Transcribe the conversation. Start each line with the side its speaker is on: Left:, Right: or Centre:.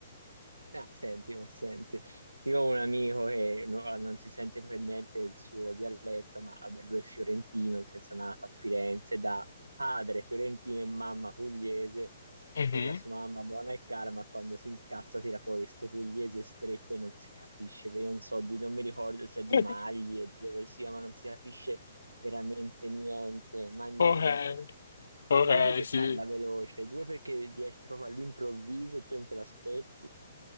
Right: Ah, senti, ma senti, io ho un amico che no- ah, non si sente per niente il suo dialetto, ma vabbè, lui è fiorentino, nel senso è nato a Firenze da padre fiorentino e mamma pugliese,
Left: Mhm.
Right: e la sua mamma buona e cara, ma quando si incazza tira fuori sto pugliese stretto e non si capisce, perché io non so, di, non mi ricordo se è di
Left: <laughs>
Right: Maglie, di dove sia, ma non si capisce veramente niente, ma niente.
Left: Ok, ok,
Right: Uno perché
Left: sì,
Right: parla veloce, due perché riesce proprio all'improvviso e te non te l'aspetti,